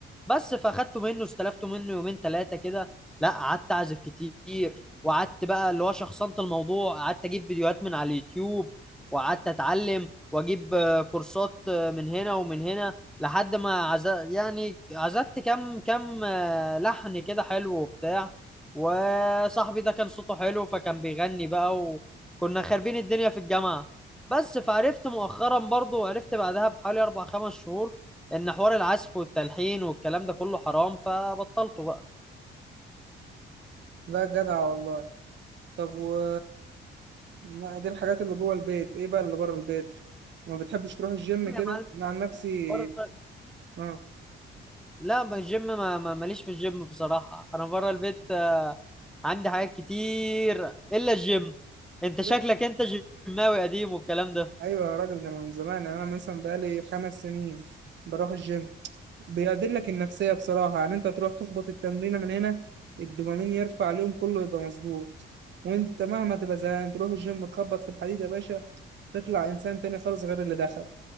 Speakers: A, in the centre; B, on the right.
A: بس فأخدته منه استلفته منه يومين ثلاثة كده لأ قعدت أعزف كتير وقعدت بقى اللي هو شخصنت الموضوع قعدت أجيب فيديوهات من على اليوتيوب وقعدت أتعلم وأجيب آه، كورسات آه، من هنا ومن هنا لحد ما عز... يعني عزفت كام كام لحن كده حلو وبتاع وصاحبي ده كان صوته حلو فكان بيغني بقى وكنا خاربين الدنيا في الجامعة بس فعرفت مؤخرا برضو وعرفت بعدها بحوالي أربع خمس شهور إن حوار العزف والتلحين والكلام ده كله حرام فبطلته بقى
B: لا جدع والله طب و ما- دي الحاجات اللي جوه البيت ايه بقى اللي بره البيت ما بتحبش تروح الجيم
A: لا
B: كده
A: يا معلم
B: مع نفسي
A: بره
B: اه
A: لا ما الجيم ما ما- ماليش في الجيم بصراحة أنا بره البيت آه، عندي حاجات كتير إلا الجيم أنت
B: ده
A: شكلك أنت جيماوي قديم والكلام ده
B: ايوه يا راجل ده انا من زمان يعني انا مثلا بقالي خمس سنين بروح الجيم بيعدلك النفسية بصراحة يعني أنت تروح تخبط التمرينة من هنا الدوبامين يرفع اليوم كله يبقى مظبوط وأنت مهما تبقى زهقان تروح الجيم تخبط في الحديد يا باشا تطلع إنسان تاني خالص غير اللي دخل